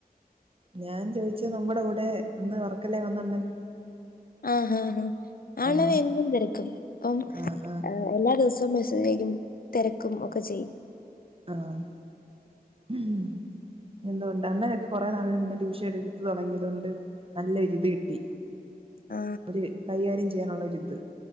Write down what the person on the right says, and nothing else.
ഞാൻ ചോദിച്ചത് നമ്മുടെ കൂടെ അന്ന് വർക്കലേ വന്ന അണ്ണൻ
ആഹ്
ആഹ് ആഹ്
ആഹ് പിന്നെ എന്തോ ഉണ്ട് അണ്ണനൊക്കെ കുറെ നാളിന് മുന്നെ ടൂഷൻ എടുത്ത് തുടങ്ങിയത് കൊണ്ട് നല്ല ഒരു ഇത് കിട്ടി
ഒരു കൈകാര്യം ചെയ്യാനുള്ള ഒരിത്